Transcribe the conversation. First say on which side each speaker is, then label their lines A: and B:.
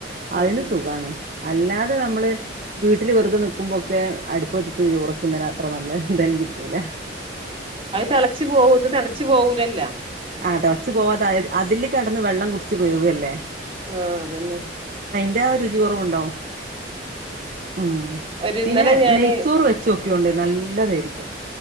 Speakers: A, on the right; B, on the right.
A: ഉം
B: അതിനു
A: ഉം
B: സുഖാണ് അല്ലാതെ നമ്മള് വീട്ടില് വെറുതെ നികുമ്പോക്കെ അടുപ്പ് കത്തിച്ച് ചോറൊക്കെ ഇതിനകത്ത ഇപ്പ വന്നാ എന്തായാലും കിട്ടൂല
A: അത് തേളച്ച് പോവും ഇത് തേളച്ചുപോവാലാല്ല
B: ആ തേളച്ച് പോവാത്ത അതില് കെടന്ന് വെള്ളം കുടിച്ച് വേവല്ലേ
A: ആ അതെന്നെ
B: ന്റെ രുചി കുറവുണ്ടാവും ഉം
A: ഒരു
B: പിന്നെ
A: ഇന്നലെ ഞാന്
B: നെയ്ചോറ് വെച്ച് നോകൊണ്ടു നൽ ല്ലതായിരിക്കും